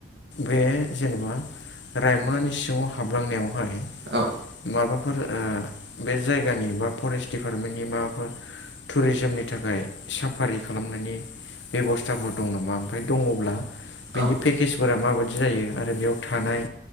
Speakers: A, on the left; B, on the right.
A: बे जेनेबा रायमनानि सिङाव हाबलांनायावहाय
B: औ।
A: माबाफोर ओ बे जायगानि बा फरेस्ट दिडिपार्टमेन्टनि माबाफोर थुरेजोमनि थाखाय साफ फारि खालामनायनि बेब'स्थाफोर दं नामा ओमफाय दङब्ला बेनि
B: औ उम
A: पे केसफोरा माबायदि जायो आरो बेयाव थानाय